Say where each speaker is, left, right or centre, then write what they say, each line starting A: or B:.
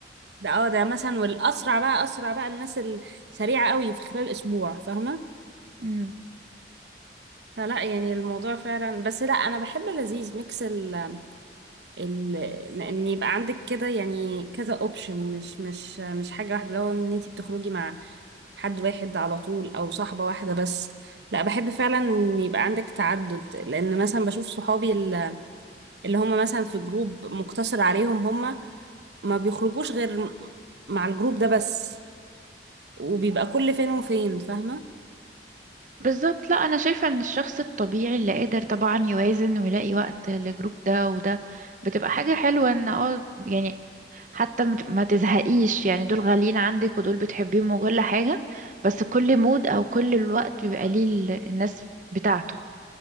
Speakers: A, on the right; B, on the right.
A: ده اه ده مثلا والاسرع بقى اسرع بقى الناس السريعه قوي في خلال اسبوع فاهمه
B: امم
A: فلا يعني الموضوع فعلا بس لا انا بحب لذيذ ميكس ال ال ان يبقى عندك كده يعني كذا اوبشن مش مش مش حاجه واحده لو ان انت بتخرجي مع حد واحد على طول او صاحبه واحده بس لا بحب فعلا ان يبقى عندك تعدد لان مثلا بشوف صحابي ال- اللي هم مثلا في جروب مقتصر عليهم هم ما بيخرجوش غير مع الجروب ده بس وبيبقى كل فين وفين فاهمة
B: بالظبط لا انا شايفة ان الشخص الطبيعي اللي قادر طبعا يوازن ويلاقي وقت لجروب ده وده بتبقى حاجة حلوة ان اه يعني حتى ما ت- ما تزهقيش يعني دول غاليين عندك ودول بتحبيهم وكل حاجة بس كل مود او كل الوقت بيبقى ليه ال- الناس بتاعته